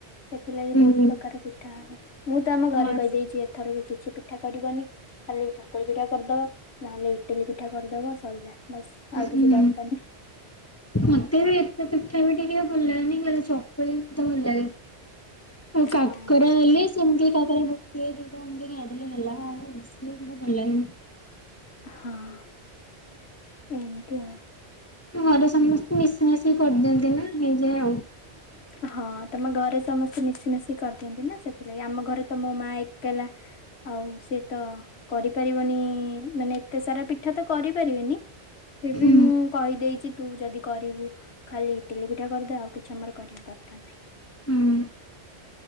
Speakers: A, on the left (about 75°); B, on the left (about 15°).
A: ସେଥିଲାଗି
B: ହୁଁ
A: ବହୁତ ପ୍ରକାର ପିଠା ହବ। ମୁଁ ତ ଆମ ଘରେ
B: ହଁ
A: କହିଦେଇଚି ଏଥର ବି କିଛି ପିଠା କରିବନି ଖାଲି ଚକୁଳି ପିଠା କରିଦବ, ନହେଲେ ଇଟିଲି ପିଠା କରିଦବ, ସଇଲା ବାସ୍ ଆଉ
B: ହୁଁ।
A: କିଛି ଦରକାର୍ ନାହିଁ।
B: ମତେ ବି ଏତେ ପିଠା ପିଠି କି ଭଲ ଲାଗେନି, ଖାଲି ଚକୁଳି ମତେ ଭଲ୍ ଲାଗେ। ଆଉ
A: ହଁ।
B: କାକରା ହେଲେ ସେମିତି କାକରା ଦମଲେ <unintelligible> ଛେନାପୋଡ଼ ଭଲ୍ ଲାଗେନି।
A: ହଁ ଏମତି ଆଉ।
B: ଘରେ ସମସ୍ତେ ମିଶିମଶିକି କରିଦିଅନ୍ତି ନା, ହେଇଯାଏ ଆଉ।
A: <inaudible> ହଁ ତମ ଘରେ ସମସ୍ତେ ମିଶିମାଶି କରିଦିଅନ୍ତି ନା, ସେଥିଲାଗି ଆମ ଘରେ ତ ମୋ ମା ଏକେଲା ଆଉ ସିଏ ତ କରିପାରିବନି, ମାନେ ଏତେ ସାରା ପିଠା ତ କରିପାରିବେନି ଫିର୍ ବି
B: ହୁଁ
A: ମୁଁ କହିଦେଇଚି ତୁ ଯଦି କରିବୁ ଖାଲି ଇଟିଲି ପିଠା କରିଦେ, ଆଉ କିଛି ଆମର କରିବା ଦରକାର ନାହିଁ।
B: ହୁଁ।